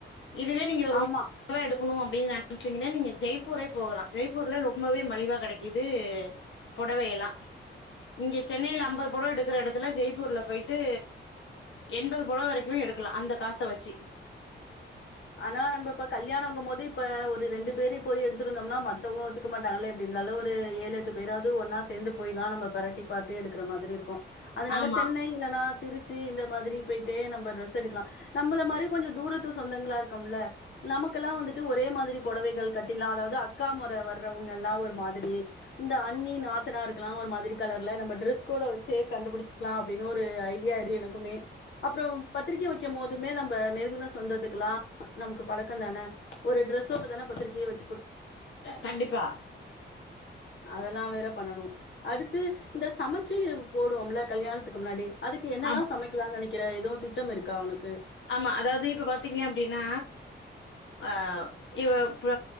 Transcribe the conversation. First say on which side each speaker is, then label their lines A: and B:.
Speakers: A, on the left; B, on the left.
A: இதுவே நீங்க ஒரு
B: ஆமா.
A: நூறு பொடவ எடு க்குனு அப்டின் நெனச்சீங்கன்னா நீங்க ஜெய்ப்பூரே போகலா ஜெய்ப்பூர்ல ரொம்பவே மலிவாக கெடைக்கிது பொடவயெல்லா இங்க சென்னைல அம்பது பொடவ எடுக்குற எடத்துல ஜெய்ப்பூர்ல போயிட்டு எண்பது பொடவ வரைக்குமே எடுக்கலா அந்த காச வச்சி
B: ஆனா நம்ப இப்ப கல்யாணங்கும்போது இப்ப ஒரு ரெண்டு பேரு போய் எடுத்துட்டு வந்தம்னா மத்தவ்ங்க ஒத்துக்க மாட்டாங்கல்ல எப்டி இருந்தாலு ஒரு ஏழு எட்டு பேராாவது ஒன்னா சேந்து போய் தா நம்ப பெரட்டி பாத்து எடுக்குற மாதிரி இருக்கு அதுனால
A: ஆமா
B: சென்னை இல்லனா திருச்சி இந்த மாதிரி போய் ட்டு நம்ப டிரஸ் எடுக்கலா நம்பள மாரி கொஞ்ச தூரத் த்து சொந்தங்களா இருக்கொம்ல நமக்கெல்லா வந்துட்டு ஒரே மாதிரி பொடவைகள் கட்டில்லா அதாவ்து அக்கா மொற வர்றவ்ங்கல்லா ஒரு மாதிரி இந்த அண்ணி நாத்தனாருக்குல்லா ஒரு மாதிரி கலர்ல நம்ப ட்ரஸ் கோட வச்சே கண்டுபுடுச்சுக்லா அப்டின்னு ஒரு ஐடியா இரு எனக்குமே அப்றொம் பத்திரிக்க வக்கும் போதுமே நம்ப நெருங்குன சொந்தத்துக்கலா நமக்கு பழக்கந்தான ஒரு ட்ரஸ்ஸோட தான பத்திரிக்கைய வச்
A: கண்டிப்பா
B: அதல்லா வேற பண்ணணு அடுத்து இந்த சமச்சு போடுவோம்ல கல்யாணத்துக்கு முன்னாடி அதுக்கு என்னல்லா
A: ஆமா
B: சமைக்கலான் நெனை க்கிற எதுவு திட்டம் இருக்கா உனக்கு
A: ஆமா அதாவ்து இப்ப பாத்தீங்க அப்டின்னா ஆ இவப்ப